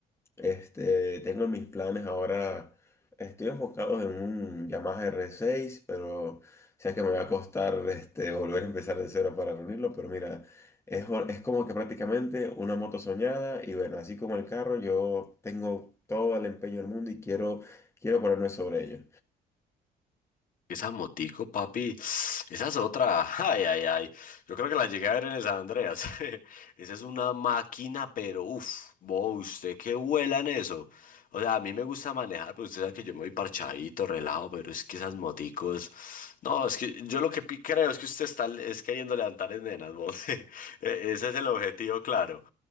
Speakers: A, on the left (about 15°); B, on the left (about 55°).
A: Este, tengo mis planes ahora, estoy enfocado en un Yamaha r seis, pero sé que me va a costar este, volver a empezar de cero para reunirlo, pero mira, es, o- es como que prácticamente una moto soñada y bueno, así como el carro, yo tengo todo el empeño del mundo y quiero, quiero ponerme sobre ello.
B: Esa motico, papi, esa es otra. <laughs> Ay, ay, ay. Yo creo que la llegué a ver en el San Andreas. <laughs> Esa es una máquina, pero uff, vos, usted que vuela en eso. O sea, a mí me gusta manejar, pero usted sabe que yo me voy parchadito, relajado, pero es que esas moticos. No, es que yo lo que pi- creo es que usted está es queriendo levantar en nenas, vos. <laughs> E- Ese es el objetivo, claro.